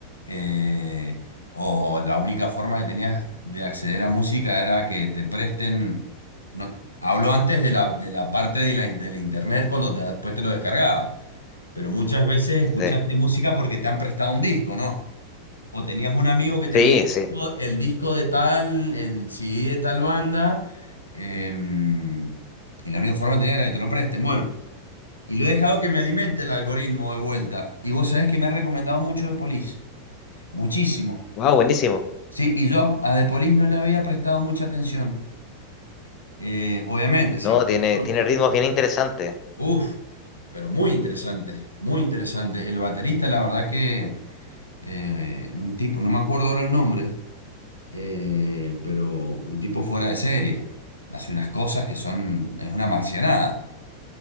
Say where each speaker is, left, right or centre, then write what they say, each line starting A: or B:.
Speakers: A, on the left; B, on the left.
A: eh, o la única forma que tenías de acceder a música era que te presten, no, hablo antes de la, de la parte de la, in- de la internet cuando te- después te lo descargabas, pero muchas veces escuchaste
B: Sí,
A: música porque te han prestado un disco, ¿no? O tenías un amigo que tenía
B: sí,
A: el disco
B: sí.
A: el disco de tal, el CD de tal banda, em, y la única forma de tener era que te lo presten. Bueno, y lo he dejado que me alimente el algoritmo de vuelta. Y vos sabés que me ha recomendado mucho de Police, muchísimo.
B: Wow, buenísimo.
A: Sí, y yo a de Police no le había prestado mucha atención. Eh, obviamente, sé
B: No,
A: quiénes
B: tiene
A: son.
B: tiene ritmos bien interesantes.
A: Uf, pero muy interesante, muy interesante. El baterista, la verdad que eh, un tipo, no me acuerdo ahora el nombre, eh, pero un tipo fuera de serie. Hace unas cosas que son, es una marcianada.